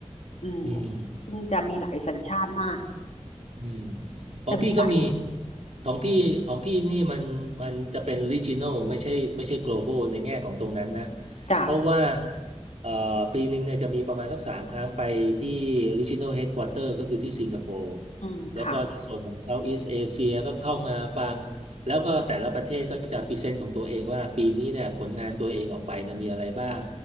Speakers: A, on the left; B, on the right.
A: อืม
B: อืม
A: ซึ่งจะมีหลายสัญชาติมาก
B: อืมของพี่ก็มี
A: จะมีหลาย
B: ของพี่ของพี่นี่มันมันจะเป็น regional ไม่ใช่ไม่ใช่ global ในแง่ของตรงนั้นนะ
A: จาก
B: เพราะว่าเอ่อปีหนึ่งเนี่ยจะมีประมาณสักสามครั้งไปที่ regional headquarter ก็คือที่สิงคโปร์
A: อืมค่ะ
B: แล้วก็ในส่วนของ Southeast Asia ก็เข้ามาฟังแล้วก็แต่ละประเทศก็จะพรีเซนต์ของตัวเองว่าปีนี้เนี่ยผลงานตัวเองออกไปเนี่ยมีอะไรบ้าง